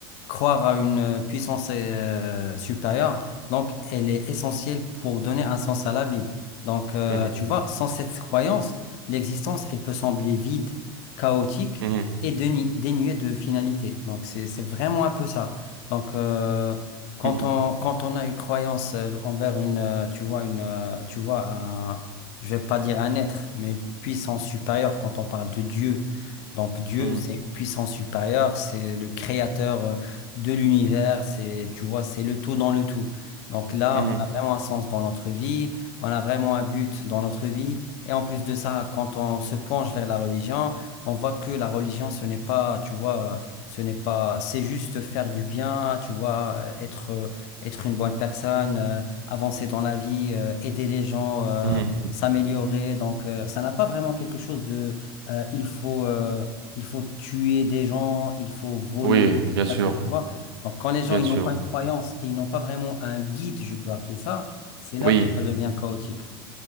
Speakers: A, on the left; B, on the right.
A: croire à une puissance euh, supérieure, donc elle est essentielle pour donner un sens à la vie. Donc euh,
B: Mhm,
A: tu vois, sans cette croyance, l'existence, elle peut sembler vide, chaotique
B: mhm,
A: et dénu- dénué de finalité. Donc, c'est, c'est vraiment un peu ça. Donc, euh, quand
B: mhm,
A: on, quand on a une croyance euh, envers une, euh, tu vois, une, euh, tu vois, un, je vais pas dire un être, mais une puissance supérieure quand on parle de Dieu. Donc, Dieu,
B: mhm,
A: c'est une puissance supérieure, c'est le créateur euh, de l'univers, c'est, tu vois, c'est le tout dans le tout. Donc là,
B: mhm,
A: on a vraiment un sens dans notre vie, on a vraiment un but dans notre vie. Et en plus de ça, quand on se penche vers la religion, on voit que la religion, ce n'est pas, tu vois, euh, ce n'est pas, c'est juste faire du bien, tu vois, euh, être, euh, être une bonne personne, euh, avancer dans la vie, euh, aider les gens, euh,
B: mhm.
A: s'améliorer. Donc, euh, ça n'a pas vraiment quelque chose de, euh, il faut, euh, il faut tuer des gens, il faut voler,
B: Oui,
A: il
B: bien
A: faut faire
B: sûr,
A: ça, tu vois. Donc, quand les gens,
B: bien
A: ils
B: sûr.
A: n'ont pas une croyance et ils n'ont pas vraiment un guide, je peux appeler ça, c'est là
B: Oui.
A: où ça devient chaotique.